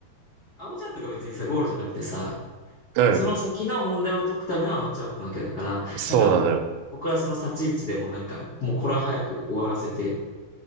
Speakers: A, on the left; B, on the right.
A: 青チャートが別にさ、ゴールじゃなくてさ、
B: うん。
A: その先の問題を解くためのアウトアウトなわけだから、
B: そうなのよ。
A: なんか、僕はその立ち位置でもなんか、もうこれは早く終わらせて